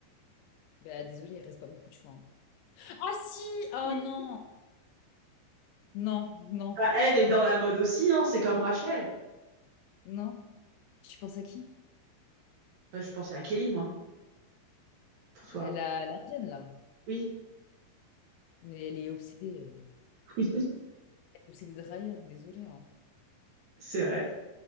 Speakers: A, on the left; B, on the right.
A: Bah, désolé, il reste pas beaucoup de choix. hein. Ah si! Ah
B: Oui.
A: non! Non, non,
B: Bah, elle est dans la mode aussi, hein, c'est comme Rachel.
A: non. Tu penses à qui?
B: Bah, je pensais à Kelly, moi, pour toi.
A: La, l'Indienne, là.
B: Oui,
A: Elle est obsédée.
B: oui, <laughs>
A: Elle est obsédée de Ryan, désolée. hein.
B: c'est vrai.